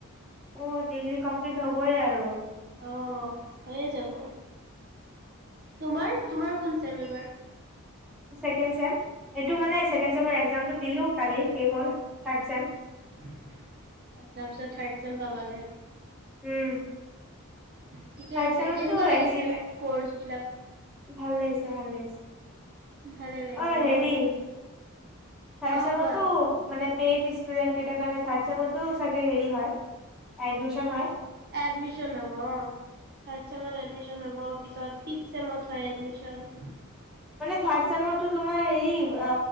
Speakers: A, in the centre; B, on the right (about 50°).
A: অ', ডিগ্ৰী কমপ্লিট হ'বই আৰু।
B: অ', হৈয়ে যাব। তোমাৰ, তোমাৰ কোন চেম এইবাৰ?
A: ছেকেণ্ড চেম, এইটো মানে ছেকেণ্ড চেমৰ একজামটো দিলোঁ কালি। শেষ হ'ল, থাৰ্ড চেম
B: আতচ্ছা, <unintelligible> থাৰড ছেম পাবাগে।
A: উম।
B: ঠিকে
A: থাৰ্ড
B: আছে,
A: চেমৰতো
B: কেনেকুৱা লাগিছে
A: একজি
B: কৰ্চ বিলাক?
A: ভাল লাগিছে, ভাল লাগিছে।
B: ভালে লাগিছে
A: অ হেৰি
B: ন?
A: থাৰ্ড
B: অ',
A: চেমটো
B: কোৱা
A: মানে পেইত ইষ্টুডেটাৰ কাৰণে থাৰ্ডচেমৰ ত' চাগে হেৰি হয়, এডমিচন হয়।
B: এডমিচন হ'ব অ', থাৰ্ড চেমত এদমিছন হ'ব, ফিফ চেমত হয়, এডমিছন।
A: মানে থাৰ্ড চেমৰটো তোমাৰ হেৰি আ,